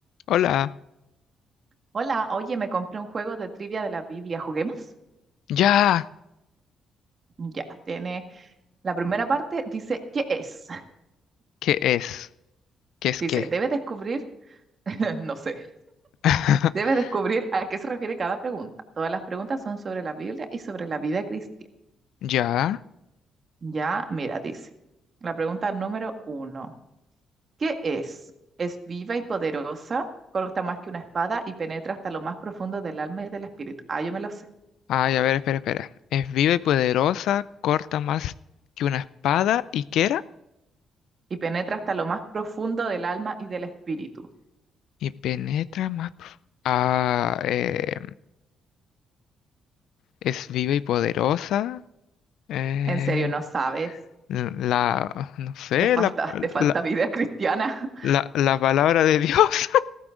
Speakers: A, on the left; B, on the right.
A: Hola.
B: Hola, oye, me compré un juego de trivia de la Biblia. ¿Juguemos?
A: Ya.
B: Ya, tiene la primera parte, dice, ¿qué es? <laughs>
A: ¿Qué es? ¿Qué es
B: Dice,
A: qué?
B: debe descubrir, <laughs> no sé,
A: <laughs>
B: debe descubrir a qué se refiere cada pregunta. Todas las preguntas son sobre la Biblia y sobre la vida cristiana.
A: Ya.
B: Ya, mira, dice, la pregunta número uno, ¿qué es? Es viva y poderosa, corta más que una espada y penetra hasta lo más profundo del alma y del espíritu. Ah, yo me lo sé.
A: Ay, a ver, espera, espera. Es viva y poderosa, corta más que una espada y qué era?
B: Y penetra hasta lo más profundo del alma y del espíritu.
A: Y penetra más. profu- Ah, eh, es viva y poderosa. eh,
B: ¿En serio no sabes?
A: la, no sé,
B: Te falta,
A: la,
B: te falta
A: la,
B: vida cristiana. <laughs>
A: la, la palabra de Dios. <laughs>